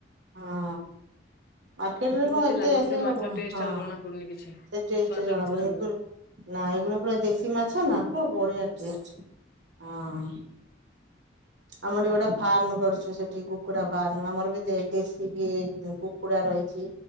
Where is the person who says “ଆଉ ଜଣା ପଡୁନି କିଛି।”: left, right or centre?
Left